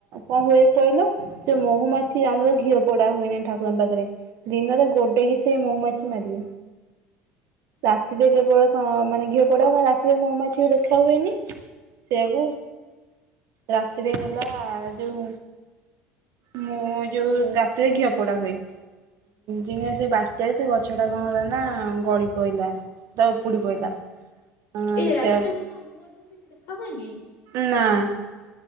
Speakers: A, on the right; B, on the left.
A: କଣ ହୁଏ କହିଲ ଯୋଉ ମହୁମାଛି
B: ଭାଙ୍ଗିଗଲା
A: ଆମର ଘିଅ ପୋଡା ହୁଏନି ଠାକୁରଙ୍କ ପାଖରେ। ଦିନରେ
B: ହଁ
A: ଗୋଡେଇକି ସେ ମହୁମାଛି ମାରିବେ ରାତିରେ
B: ଓହୋ
A: କେବଳ। ହଁ ମାନେ ଘିଅ ପୋଡାହୁଏ ରାତିରେ ମହୁମାଛି ବି ଦେଖା ହୁଏନି ସେଆକୁ।
B: ହୁଁ।
A: ରାତିରେ ହେଲା ଯୋଉ। ମୁଁ ଯୋଉ ରାତିରେ ଘିଅ ପୋଡା ହୁଏ। ଦିନ ସେ ବାତ୍ୟାରେ ସେ ଗଛ ଟା କଣ ହେଲା ନା ଗଳି ପଇଲା। ସେଟା ଉପୁଡ଼ି ପଇଲା। ହଁ
B: ଏଇ ରାତିରେ
A: ସେଆ
B: କଣ ମହୁମାଛି କୁ କିଛି ଦେଖା ହୁଏନି।
A: ନାଁ।